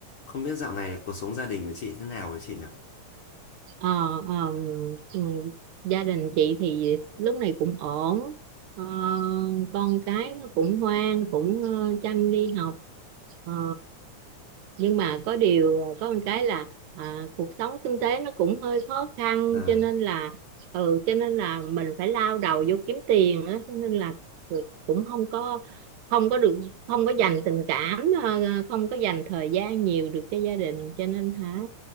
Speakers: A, on the left (about 60°); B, on the right (about 80°).
A: Không biết dạo này cuộc sống gia đình của chị thế nào với chị nhỉ?
B: Ờ, ờ, ừ, gia đình chị thì lúc này cũng ổn Ờ, con cái nó cũng ngoan cũng ờ, chăm đi học Ờ, nhưng mà có điều có một cái là à, cuộc sống kinh tế nó cũng hơi khó khăn
A: Ờ,
B: cho nên là ừ cho nên là mình phải lao đầu vô kiếm tiền á cho nên là cũng không có không có được không có dành tình cảm ờ, không có dành thời gian nhiều được cho gia đình cho nên hả